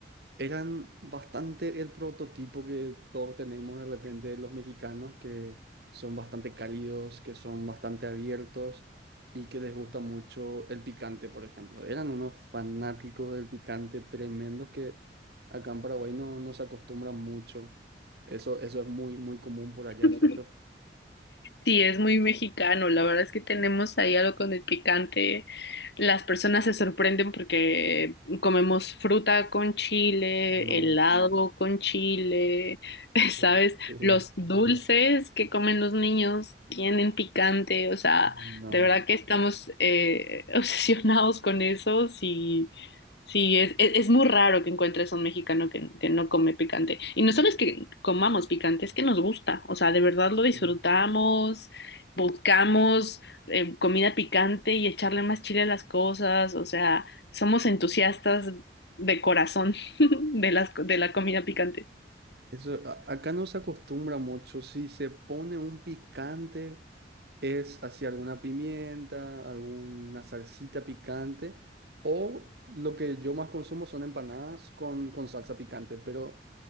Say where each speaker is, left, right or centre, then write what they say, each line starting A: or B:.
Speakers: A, on the right (about 65°); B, on the left (about 70°).
A: eran bastante el prototipo que todos tenemos de repente de los mexicanos, que son bastante cálidos, que son bastante abiertos y que les gusta mucho el picante, por ejemplo. Eran unos fanáticos del picante tremendos que acá en Paraguay no, no se acostumbran mucho. Eso, eso es muy, muy común por allá,
B: <laughs>
A: ¿cierto?
B: Sí, es muy mexicano. La verdad es que tenemos ahí algo con el picante. Las personas se sorprenden porque comemos fruta con chile,
A: No,
B: helado con chile, <laughs> ¿sabes?
A: ¿por qué?
B: Los
A: <laughs>
B: dulces que comen los niños tienen picante. O sea,
A: No.
B: de verdad que estamos eh, <laughs> obsesionados con eso. Sí. Sí, es, es, es muy raro que encuentres a un mexicano que, que no come picante. Y no solo es que comamos picante, es que nos gusta. O sea, de verdad
A: sí.
B: lo disfrutamos, buscamos eh, comida picante y echarle más chile a las cosas. O sea, somos entusiastas de corazón <laughs> de las, de la comida picante.
A: Eso, a- acá no se acostumbra mucho. Si se pone un picante, es hacia alguna pimienta, alguna salsita picante, o lo que yo más consumo son empanadas con, con salsa picante, pero